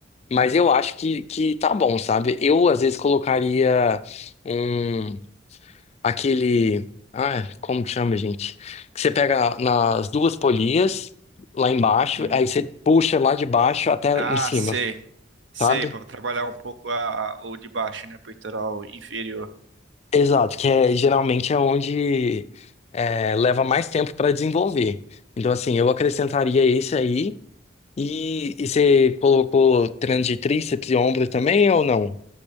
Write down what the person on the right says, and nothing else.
uhum.
Ah,
sei. Sei,
para trabalhar um pouco a, o de baixo, né? Peitoral inferior.